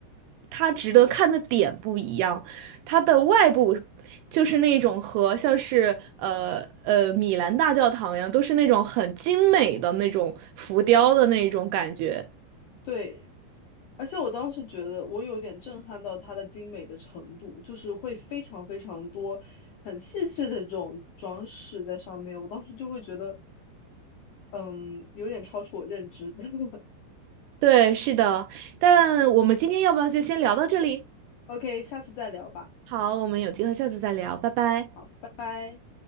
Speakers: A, on the right (about 75°); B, on the left (about 70°).
A: 它值得看的点不一样，它的外部就是那种和像是呃呃米兰大教堂一样，都是那种很精美的那种浮雕的那种感觉。
B: 对，而且我当时觉得我有点震撼到它的精美的程度，就是会非常非常多很细碎的这种装饰在上面，我当时就会觉得，嗯，有点超出我认知的。<laughs>
A: 对，是的，但我们今天要不要就先聊到这里？
B: OK，下次再聊吧。
A: 好，我们有机会下次再聊，拜拜。
B: 好，拜拜。